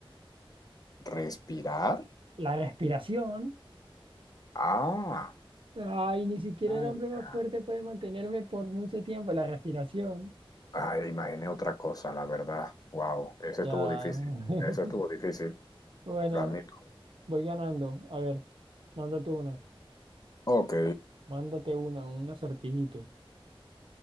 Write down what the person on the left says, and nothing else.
Respirar.
Ah,
ah,
ya.
Ay, imaginé otra cosa, la verdad. Wow, ese
estuvo difícil.
Ese estuvo difícil,
lo admito.
Ok,